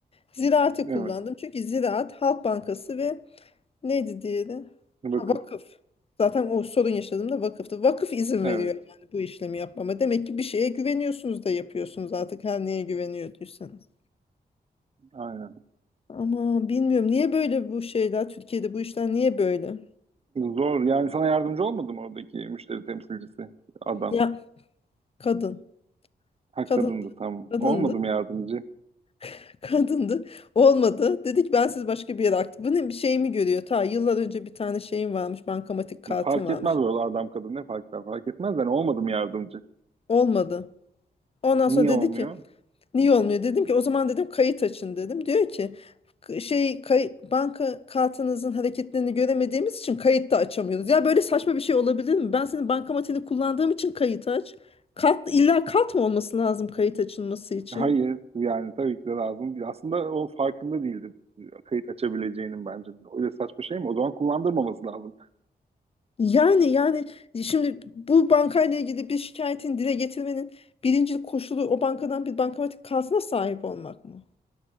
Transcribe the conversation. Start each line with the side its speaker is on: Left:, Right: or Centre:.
Left: Ziraat'i kullandım.
Right: Evet.
Left: Çünkü Ziraat, Halk Bankası ve neydi diğeri?
Right: Vakıf.
Left: Ha, vakıf. Zaten o sorun yaşadığımda vakıftı. Vakıf izin
Right: Evet.
Left: veriyor yani bu işlemi yapmama. Demek ki bir şeye güveniyorsunuz da yapıyorsunuz artık her neye güveniyorduysanız.
Right: Aynen.
Left: Ama bilmiyorum niye böyle bu şeyler Türkiye'de bu işler niye böyle?
Right: Zor. Yani sana yardımcı olmadı mı oradaki müşteri temsilcisi? Adam.
Left: Ya kadın.
Right: Ha
Left: Kadındı.
Right: kadındı tam.
Left: Kadındı.
Right: Olmadım yardımcı?
Left: <laughs> Kadındı. Olmadı. Dedi ki ben siz başka bir yere aktım. Bu ne bir şey mi görüyor? Ta yıllar önce bir tane şeyim varmış. Bankamatik kartım
Right: Ya, fark
Left: varmış.
Right: etmez bu arada adam kadın ne fark eder? Fark etmez yani Olmadım yardımcı?
Left: Olmadı. Ondan
Right: Niye
Left: sonra dedi
Right: olmuyor?
Left: ki Niye olmuyor? Dedim ki o zaman dedim kayıt açın dedim. Diyor ki "K- şey kay, banka kartınızın hareketlerini göremediğimiz için kayıt da açamıyoruz. Ya böyle saçma bir şey olabilir mi? Ben senin bankamatini kullandığım için kayıt aç. Kart, illa kart mı olması lazım kayıt açılması için?
Right: Hayır yani tabii ki de lazım değil. Aslında o farkında değildi kayıt açabileceğinin bence. Öyle saçma şey mi? O zaman kullandırmaması lazım yani.
Left: Yani yani şimdi bu bankayla ilgili bir şikayetin dile getirmenin birinci koşulu o bankadan bir bankamatik kartına sahip olmak mı?